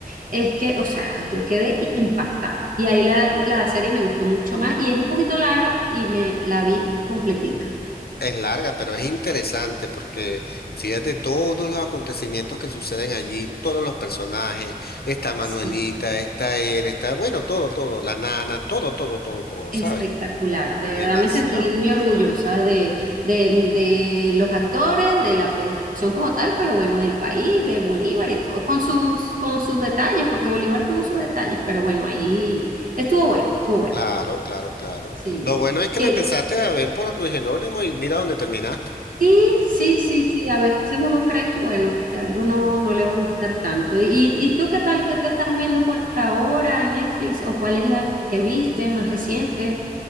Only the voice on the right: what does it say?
es que, o sea, yo quedé impactada. Y ahí la, la serie me gustó mucho más y es un poquito larga y me la vi completica.
Sí.
Espectacular,
de verdad
me sentí muy orgullosa de, de- de los actores, de la producción como tal, pero bueno, del país, de Bolívar y todo, con sus, con sus detalles, porque Bolívar tuvo sus detalles, pero bueno, ahí estuvo bueno, estuvo bueno,
sí.
Que,
sí, sí, sí, sí, a veces uno cree que bueno, que algo no, no le va a gustar tanto. ¿Y, y tú qué tal que te estás viendo por ahora en Netflix o cuál es la que viste más reciente?